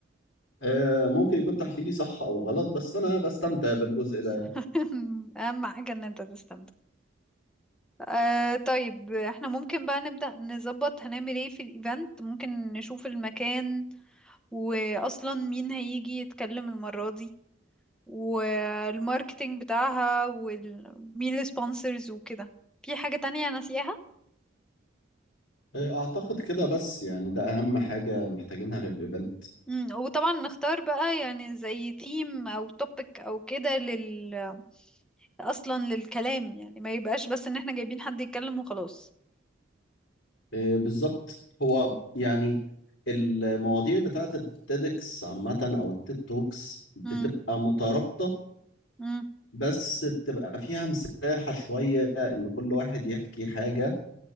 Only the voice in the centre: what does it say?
<laughs> اهم حاجة ان انت تستمتع آه طيب احنا ممكن بقى نبدأ نظبط هنعمل ايه في الايفنت ممكن نشوف المكان واصلا مين هيجي يتكلم المرة دي والماركتينج بتاعها ومين السبونسرز وكده في حاجة تانية ناسياها
مم، وطبعا نختار بقى يعني زي ثيم او توبيك او كده لل اصلا للكلام يعني ما يبقاش بس ان احنا جايبين حد يتكلم وخلاص
مم،
مم،